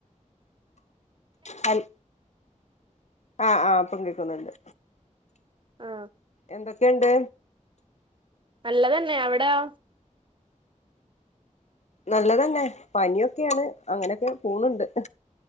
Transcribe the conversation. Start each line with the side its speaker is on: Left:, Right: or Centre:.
Left: ഹൽ ആഹ് ആഹ് ഇപ്പം കേക്കുന്നുണ്ട്
Right: ആ
Left: എന്തൊക്കേണ്ട്
Right: നല്ലതന്നെ അവ്ടയൊ
Left: നല്ലതെന്നെ പനിയൊക്കേണ് അങ്ങനൊക്കെ പോവ്ണ്ട്